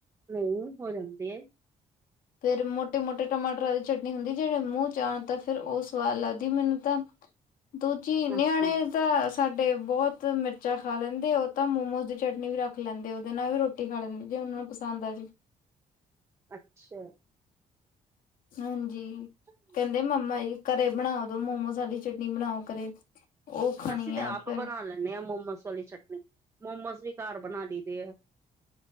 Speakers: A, on the right; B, on the left.
A: ਨਹੀਂ ਹੋ ਜਾਂਦੀ।
B: ਫੇਰ ਮੋਟੇ- ਮੋਟੇ ਟਮਾਟਰਾਂ ਦੀ ਚਟਨੀ ਹੁੰਦੀ ਜਿਹੜੇ ਮੂੰਹ ਜਾਣ ਤਾਂ ਫੇਰ ਉਹ ਸਵਾਦ ਲੱਗਦੀ ਮੈਨੂੰ ਤਾਂ, ਦੂਜੀ ਨਿਆਣੇ
A: ਅੱਛਾ
B: ਤਾਂ ਸਾਡੇ ਬਹੁਤ ਮਿਰਚਾਂ ਖਾ ਲੈਂਦੇ ਉਹ ਤਾਂ ਮੋਮੋਸ ਦੀ ਚਟਨੀ ਵੀ ਰੱਖ ਲੈਂਦੇ ਉਹਦੇ ਨਾਲ ਵੀ ਰੋਟੀ ਰੋਟੀ ਖਾ ਲਿੰਦੀ ਜੇ ਉਹਨਾਂ ਨੂੰ ਪਸਦ ਆ ਜੀ।
A: ਅੱਛਾ।
B: ਹਾਂਜੀ।
A: ਹਾਂਜੀ।
B: ਕਹਿੰਦੇ ਮੰਮਾ ਜੀ ਘਰੇ ਬਣਾ ਦੋ ਮੋਮੋਸ ਵਾਲੀ ਚਟਨੀ ਬਣਾਓ ਘਰੇ। ਉਹ ਖਾਣੀ
A: ਅਸੀਂ ਤੇ
B: ਆ
A: ਆਪ
B: ਫਿਰ
A: ਬਣਾ ਲੈਂਦੇ ਹਾਂ ਮੋਮੋਸ ਵਾਲੀ ਚਟਨੀ, ਮੋਮਸ ਵੀ ਘਰ ਬਣਾ ਲਈਦੇ ਆ।